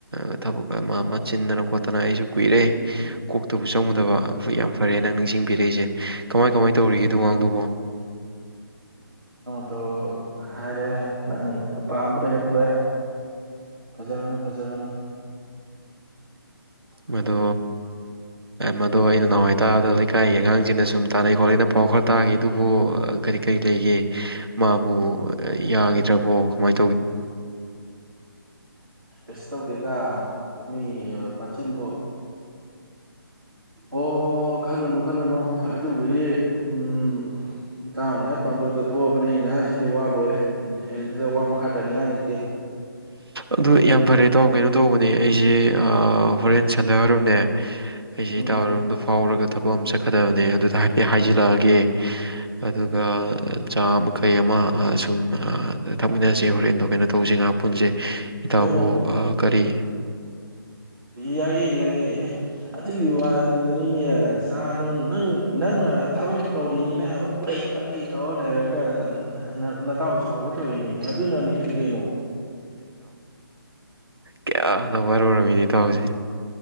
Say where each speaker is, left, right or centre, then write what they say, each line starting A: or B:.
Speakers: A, on the right (about 85°); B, on the right (about 70°).
A: ꯑ ꯊꯕꯛ ꯑꯃ
B: ꯎꯝ
A: ꯑꯃ ꯆꯤꯟꯗꯅ ꯈꯣꯠꯇꯅ ꯑꯩꯁꯨ ꯀꯨꯏꯔꯦ ꯀꯣꯛꯇꯕꯨ ꯆꯪꯉꯨꯗꯕ ꯌꯥꯝ ꯐꯔꯦ ꯅꯪ ꯅꯤꯡꯁꯤꯡꯕꯤꯔꯛꯏꯁꯦ ꯀꯃꯥꯏ ꯀꯃꯥꯏ ꯇꯧꯔꯤꯒꯦ ꯑꯗꯨꯏ ꯑꯉꯥꯡꯗꯨꯕꯣ
B: ꯇꯣ ꯍꯥꯏꯔꯦ ꯄꯥꯝꯕꯗꯣ ꯍꯦꯛ ꯊꯣꯛꯑꯦ ꯐꯖꯔꯝꯅꯦ ꯐꯖꯔꯝꯅꯦ
A: ꯃꯗꯣ ꯃꯗꯣ ꯑꯩꯅ ꯅꯍꯥꯟꯋꯥꯏ ꯇꯥꯕꯗ ꯂꯩꯀꯥꯏ ꯑꯉꯥꯡꯁꯤꯡꯅ ꯁꯨꯝ ꯇꯥꯟꯅꯩ ꯈꯣꯠꯂꯦꯅ ꯄꯥꯎ ꯑꯃ ꯇꯥꯈꯤ ꯑꯗꯨꯕꯨ ꯀꯔꯤ ꯀꯔꯤ ꯂꯩꯒꯦ ꯃꯥꯕꯨ ꯌꯥ ꯇꯥꯕ ꯀꯃꯥꯏ
B: ꯑ ꯇꯧꯗꯦꯗ ꯃꯤ ꯃꯆꯤꯟꯕꯨ ꯑꯣ ꯈꯟꯂꯨꯅꯨ ꯈꯟꯂꯨꯅꯨ ꯑꯗꯨꯕꯨꯗꯤ ꯎꯝ ꯏꯇꯥꯎꯅ ꯍꯦꯛ ꯄꯥꯝꯖꯕꯗꯨ ꯊꯣꯛꯂꯕꯅꯤ ꯑꯩ ꯍꯥꯏꯁꯤꯗꯤ ꯋꯥ ꯂꯣꯢꯔꯦ ꯑꯁꯤꯗ ꯋꯥ ꯃꯈꯥ ꯇꯥꯅꯤꯡꯉꯥꯏ ꯂꯩꯇꯦ
A: ꯑꯗꯨ ꯌꯥꯝ ꯐꯔꯦ ꯏꯇꯥꯎ ꯀꯩꯅꯣ ꯇꯧꯕꯅꯦ ꯑꯩꯁꯦ ꯑꯥ ꯍꯣꯔꯦꯟ ꯁꯟꯗꯤꯌꯥ ꯋꯥꯏꯔꯝꯅꯦ ꯑꯩꯁꯦ
B: ꯎꯝ
A: ꯏꯇꯥꯎ ꯍꯣꯏꯔꯣꯝꯗ ꯐꯥꯎꯔꯒ ꯊꯕꯛ ꯑꯃ ꯆꯠꯀꯗꯕꯅꯦ ꯑꯗꯨꯗ ꯍꯥꯏꯐꯦꯠ ꯍꯥꯏꯖꯤꯜꯂꯛꯑꯒꯦ ꯑꯗꯨꯒ ꯆꯥ ꯑꯃ ꯀꯩ ꯑꯃ ꯁꯨꯝ ꯊꯛꯃꯤꯟꯅꯁꯦ ꯍꯣꯔꯦꯟꯗꯣ ꯀꯩꯅꯣ ꯇꯧꯁꯦꯉꯍꯥꯛ ꯄꯨꯟꯁꯦ ꯏꯇꯥꯎꯕꯨ
B: ꯀꯩꯅꯣ
A: ꯑ ꯀꯔꯤ
B: ꯌꯥꯏꯌꯦ ꯌꯥꯏꯌꯦ ꯑꯦ ꯑꯗꯨꯒꯤ ꯋꯥꯗꯨꯅꯤꯅꯦ ꯆꯥꯅꯨꯡ ꯅꯪꯅ ꯊꯕꯛ ꯇꯧꯔꯤꯅꯦꯅ ꯎꯠꯂꯩ ꯄꯥꯔꯩ ꯇꯧꯂꯩꯔꯒ ꯅꯇꯥꯎ ꯁꯥꯎꯒꯦ ꯇꯧꯔꯤꯅꯦ ꯑꯗꯨꯅꯅꯤꯅꯦ ꯀꯩꯅꯣ
A: ꯀꯌꯥꯗ ꯋꯥꯔꯧꯔꯝꯃꯤꯅꯣ ꯏꯇꯥꯎꯁꯦ